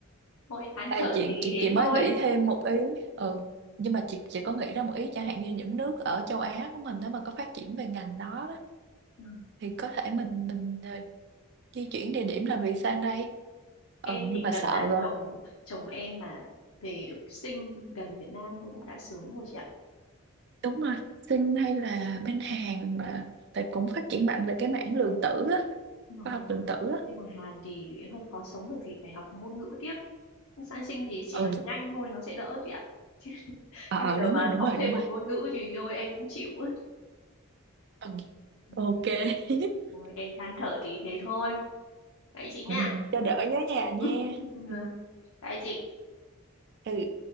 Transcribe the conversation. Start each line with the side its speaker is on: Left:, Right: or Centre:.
Left: Thôi thán
Right: đây
Left: thở
Right: chị
Left: tí
Right: chị
Left: thế
Right: chị mới
Left: thôi.
Right: nghĩ thêm một ý
Left: <laughs>
Right: ừ nhưng mà chị chị có nghĩ ra một ý chẳng hạn như những nước ở châu Á của mình đó mà có phát triển về ngành đó đó
Left: Ừ.
Right: thì có thể mình mình ờ, di chuyển địa điểm làm việc sang đây ừ
Left: Em
Right: nhưng
Left: chỉ
Right: mà
Left: cần
Right: sợ
Left: là
Right: rồi.
Left: chồng chồng em mà về được sinh gần Việt Nam thôi cũng đã sướng rồi chị ạ.
Right: đúng rồi Sinh hay là bên Hàn mà tại cũng phát triển mạnh về cái mảng lượng tử á
Left: Ừ,
Right: khoa
Left: Nhưng
Right: học
Left: mà
Right: lượng tử á
Left: nhưng mà Hàn thì hơi khó sống bởi vì phải học ngôn ngữ tiếp. Sang sinh thì chỉ
Right: ừ
Left: nói tiếng Anh thôi nó sẽ đỡ chị ạ. <laughs> Chứ,
Right: ờ
Left: chứ
Right: ờ,
Left: bây giờ
Right: đúng
Left: mà
Right: rồi đúng
Left: học
Right: rồi
Left: thêm
Right: đúng rồi
Left: một ngôn ngữ thì thôi em cũng chịu á.
Right: ừ
Left: Ừ,
Right: ok <laughs>
Left: Thôi em than thở tí thế thôi. Đấy chị
Right: ừ,
Left: nha.
Right: cho đỡ nhớ nhà nha
Left: <laughs>
Right: ừ.
Left: Dạ. Đấy chị.
Right: ừ.